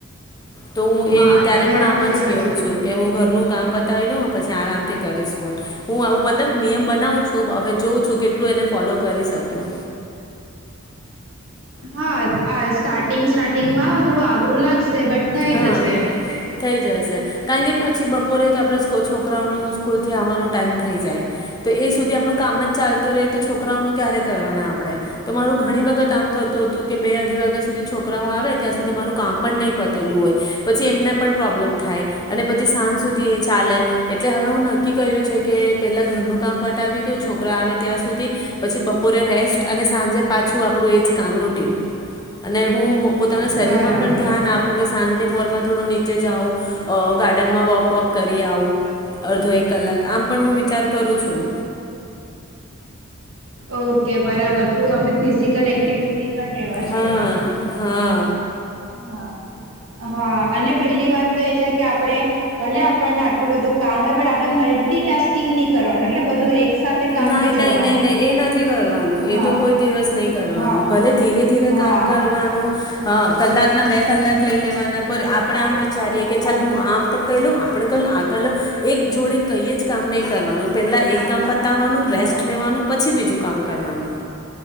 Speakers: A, on the left (about 20°); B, on the right (about 65°).
A: તો હું
B: હા
A: એ ત્યારે
B: તમે
A: પણ
B: વાત
A: આમ જ
B: તો સાચી
A: કેવું
B: કરી
A: છું કે હું ઘરનું કામ પતાવી લઉ પછી આરામથી કરીશ ફોન. હું આવું બતલબ નિયમ હવે જોઉં છું કેટલું એને ફોલો કરી શકું.
B: હા આ સ્ટાર્ટિંગ સ્ટાર્ટિંગમાં થોડું આગરું લાગશે. બટ થઈ
A: હા
B: જશે
A: થઈ જશે કારણ કે પછી બપોરે તો આપડે સ્ છોકરાઓનું સ્કૂલથી આવવાનો ટાઈમ થઈ જાય તો એ સુધી આપણું કામ જ ચાલતું રહે તો છોકરાઓનું ક્યારે કરવાના આપણે તો મારું ઘણી વખત આમ થતું હતું કે બે અઢી વાગ્યા સુધી છોકરાઓ આવે ત્યાં સુધી મારું કામ પણ નહીં પતું ટેલું હોય પછી એમને પણ પ્રોબ્લેમ થાય અને પછી સાંજ સુધી એ ચાલે એટલે હવે હું નક્કી કર્યું છે કે પહેલાં ઘરનું કામ પટાવી દઉં છોકરા આવે ત્યાં સુધી પછી બપોરે રેસ્ટ અને સાંજે પાછું આપણું એ જ કામ રૂટીન અને હું પોતાના શરીરમાં
B: બરાબર
A: પણ ધ્યાન આપ રની પોરમાં થોડું નીચે જાવું, ગાર્ડનમાં વોક વોક કરી આવ. વધો એક કલાક. આમ પણ હું વિચાર કરું છું.
B: ઓકે બરાબર. થોડું આપડણે ફિઝિકલ એક્ટિવ ટી પણ રહેેવા
A: હા
B: જોયા.
A: હા
B: હા હા અને પેલી વાત તો એ છે કે આપડે ભલે આપણને આટલું બધું કામ હોય પણ આપડે મલ્ટીટાસ્કિંગ નહી કરવાનું. એટલે બધું એક સાથે કામ
A: નાઈ
B: નહીં
A: નાઈ
B: કરવાનો
A: નઈ નઈ એ નથી કરવાનું.
B: હા
A: એ તો કોઈ દિવસ નહી કરવાનું.
B: હા
A: ભલે ધીરે ધીરે
B: હા
A: કામ કરવાનું. કલાકના બે કલાક લઈ લેવાના પર આપણે આમ વિચારીએ કે ચાલ હું આ પણ કહી લઉ આપણે કહીલઉ આ કલો એક જોડે કંઈ જ કામ નહીં કરવાનું પહેલાં એક કામ પ તાવાનું રેસ્ટ
B: હા
A: લેવાનું પછી બીજું કામ કરવાનું.